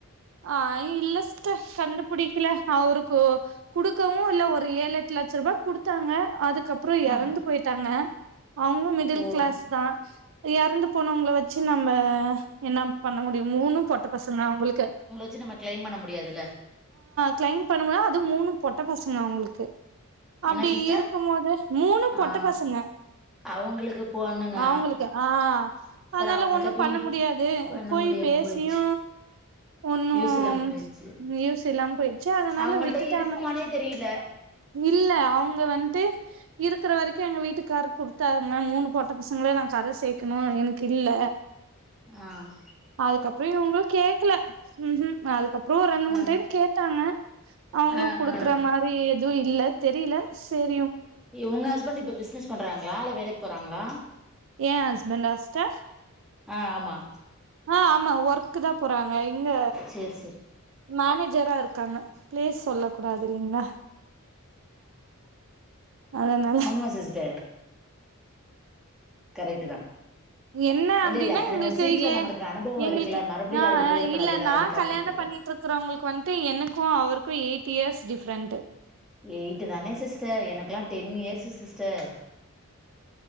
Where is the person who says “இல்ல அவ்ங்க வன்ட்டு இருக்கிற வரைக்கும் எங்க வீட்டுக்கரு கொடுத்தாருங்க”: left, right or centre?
Right